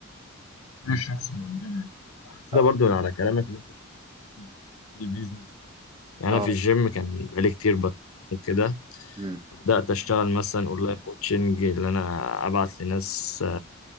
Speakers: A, on the left; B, on the right.
A: بتكون الشخص اللي قدامك بعد كده
B: اه
A: برضه على كلامك اللي انت بتقوله البيزنس دي يعني
B: آه.
A: انا في الجيم كان بقالي كتير بطل وكده
B: مم.
A: فبدات اشتغل مثلا اونلاين كوتشنج اللي انا ابعت لناس